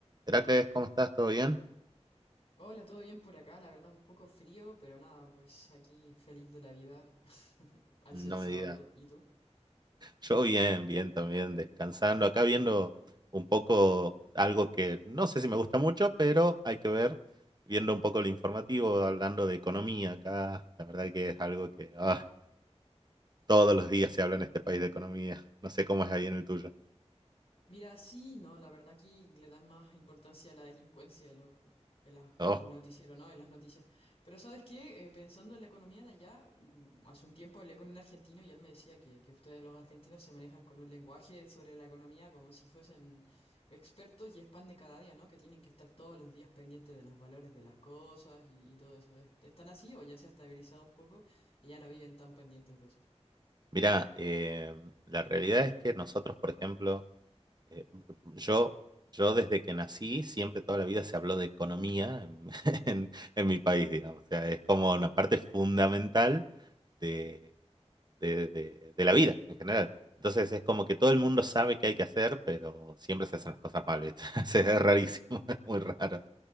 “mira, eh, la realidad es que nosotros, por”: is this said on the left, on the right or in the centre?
Right